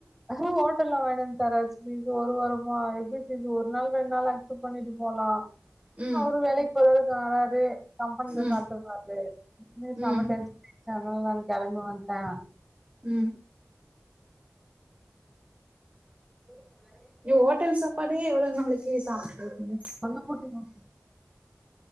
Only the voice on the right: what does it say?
ம்
ம்
ம்
ம்
இவ் ஹோட்டல் சப்பாடே எவ்ளோ நாளைக்கு சாப்பிட்ருப்பீங்க